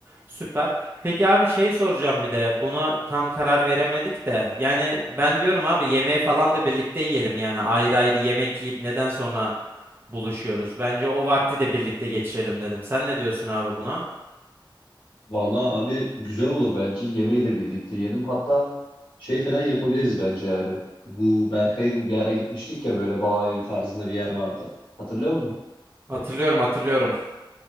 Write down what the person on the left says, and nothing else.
Vallahi abi güzel olur bence. Yemeği de birlikte yiyelim. Hatta şey falan yapabiliriz bence yani. Bu Berkay'ın bir ara gitmiştik ya böyle bağ evi tarzında bir yer vardı. Hatırlıyor musun?